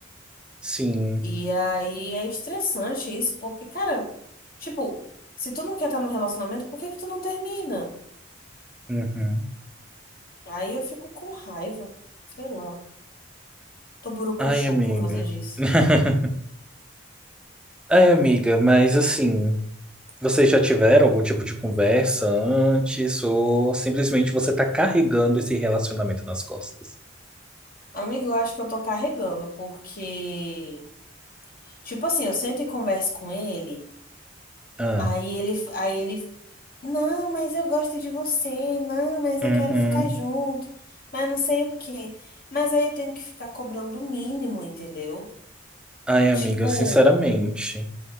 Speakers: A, in the centre; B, on the left.
A: Sim.
B: E aí é estressante isso, porque, cara, tipo, se tu não quer estar tá no relacionamento, por que que tu não termina?
A: Uhum.
B: Aí eu fico com raiva, sei lá. Tô borocochô
A: Ai, amiga.
B: por causa disso.
A: <laughs> Ai, amiga, mas assim, vocês já tiveram algum tipo de conversa antes ou simplesmente você tá carregando esse relacionamento nas costas?
B: Amigo, eu acho que eu tô carregando, porque, tipo assim, eu sento e converso com ele,
A: Ah.
B: aí ele, aí ele, não, mas eu gosto de você, não, mas
A: Uhum.
B: eu quero ficar junto, mas não sei o quê. Mas aí eu tenho que ficar cobrando o mínimo, entendeu?
A: Ai, amiga,
B: Tipo,
A: sinceramente,